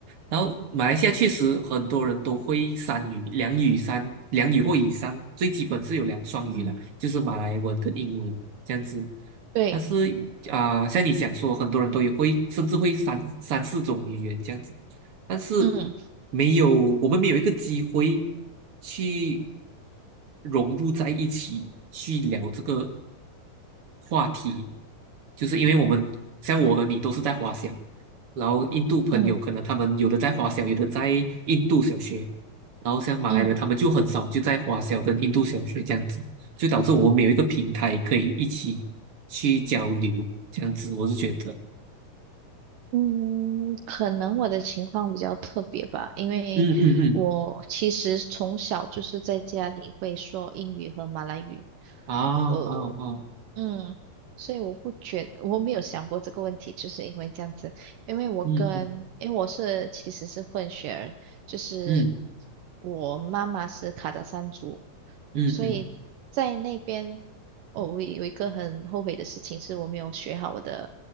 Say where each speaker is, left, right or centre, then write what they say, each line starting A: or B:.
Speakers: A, on the right; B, on the right.
A: 然后马来西亚确实很多人都会三语、两语三、两语或以上，最基本是有两双语了，
B: 嗯，
A: 就是马来文跟英文这样子。
B: 对，
A: 但是啊、像你想说，很多人都也会，甚至会三三四种语言这样子。但是
B: 嗯
A: 没有，我们没有一个机会去融入在一起，去聊这个话题，就是因为我们像我和你都是在华小，然后印度朋友可能他们有的在华小，
B: 嗯
A: 有的在印度小学，然后像马来人他们就很少就在华小跟印度小学这样子，
B: 嗯。
A: 就导致我们没有一个平台可以一起去交流，这样子我是觉得，
B: 嗯，可能我的情况比较特别吧，因为我其实从小就是在家里会说英语和马来语，
A: 嗯嗯嗯，啊
B: 呃，
A: 啊啊，
B: 嗯，所以我不觉，我没有想过这个问题，就是因为这样子，因为我跟，
A: 嗯嗯
B: 因为我是其实是混血儿，就是
A: 嗯。
B: 我妈妈是卡达山族，
A: 嗯嗯，
B: 所以在那边，哦，我有一个很后悔的事情是我没有学好我的